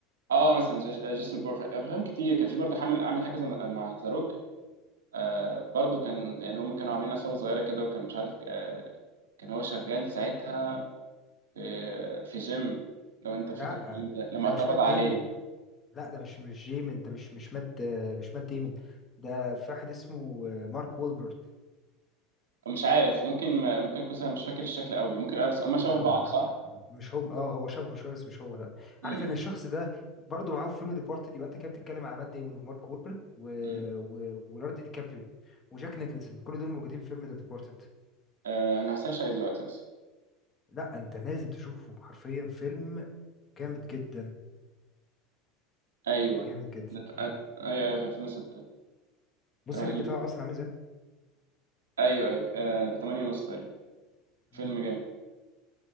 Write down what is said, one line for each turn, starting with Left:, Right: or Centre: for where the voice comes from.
Right: اه مثلا جيش... آه، جيسون بور افلام كتير كان في برضو عامل عامل حاجه زي- مع زاروك آه برضو كان يعني هم كانوا عاملين عصابه صغيره كده وكان مش عارف آه كان هو شغال ساعتها في في جيم لو انت فاكر
Left: لا
Right: الفيلم ده لما
Left: ده
Right: اتقبض
Left: مش مات ديمون
Right: عليه
Left: لا ده مش مش ديمون ده مش مش مات آه، مش مات ديمون ده في واحد اسمه آه، مارك وولبرت
Right: مش عارف ممكن ما ممكن يكون أنا مش فاكر الشكل قوي ممكن آه، بس هما شبه
Left: لا
Right: بعض
Left: لا لا
Right: صح؟
Left: م- مش هو اه هو شبهه شويه بس مش هو لا
Right: امم
Left: عارف ان الشخص ده برضه معاهم في فيلم ديبارتد يبقى انت كده بتتكلم على مات ديمون ومارك وولبرن و...
Right: امم
Left: و... وليوناردو دي كابريو وجاك نيكلسون كل دول موجودين في فيلم ذا ديبارتد
Right: آه، انا هسيرش عليه دلوقتي بس
Left: لا انت لازم تشوفه حرفيا فيلم جامد جدا
Right: ايوه
Left: جامد جدا
Right: ده ت-
Left: م.
Right: آه، ايوه ايوه في 2006
Left: بص
Right: رهيب
Left: الريت بتاعه اصلا عامل ازاي
Right: ايوه ايوه آه، ده 8 ونص تقريبا
Left: م.
Right: فيلم جامد